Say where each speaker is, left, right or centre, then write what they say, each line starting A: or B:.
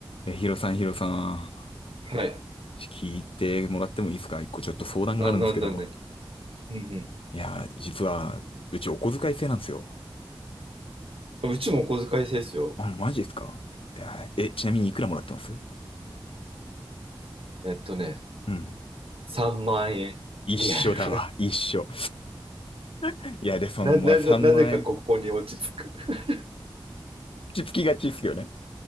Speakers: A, on the left; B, on the right.
A: え、ヒロさん、ヒロさん、
B: はい。
A: ちょ聞いてもらってもいいですか一個ちょっと相談があるんですけど。
B: あ、なんななに。うん
A: いや実は、うちお小遣い制なんですよ。
B: うん。うちもお小遣い制ですよ。
A: あ、マジですかいやえ、ちなみにいくらもらってます
B: えっとね、
A: うん。
B: 3万円。
A: 一緒だわ、
B: リアル。
A: 一緒。<laughs> いや、で、
B: <laughs>
A: その、
B: な、
A: まあ、
B: な、
A: 3万円。
B: ななぜかここに落ち着く。<laughs>
A: 落ち着きがちっすよね。